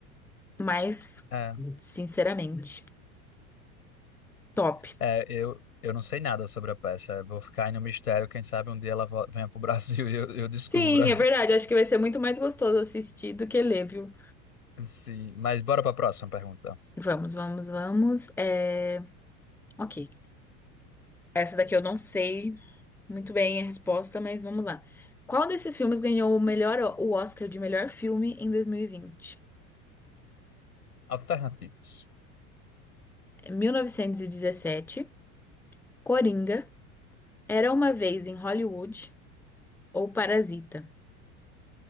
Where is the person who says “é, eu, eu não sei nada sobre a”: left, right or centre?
Left